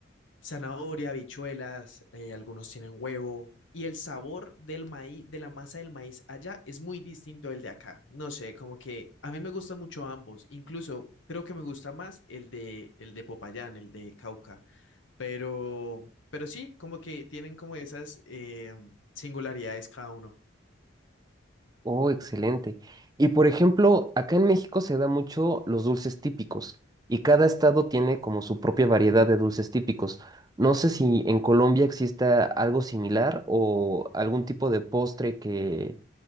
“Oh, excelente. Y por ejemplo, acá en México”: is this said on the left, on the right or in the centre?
Right